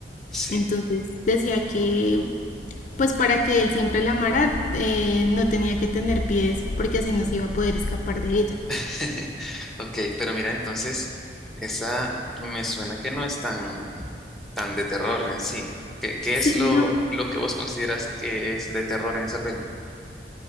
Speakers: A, in the centre; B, on the left.
A: Sí.
B: Entonces decía que pues para que él siempre la amara eh, no tenía que tener pies porque así no se iba a poder escapar de ella.
A: <laughs> Ok, pero mira, entonces, esa me suena que no es tan, tan de terror en sí. ¿Qué, qué
B: Sí,
A: es lo,
B: no.
A: lo que vos consideras que es de terror en esa peli?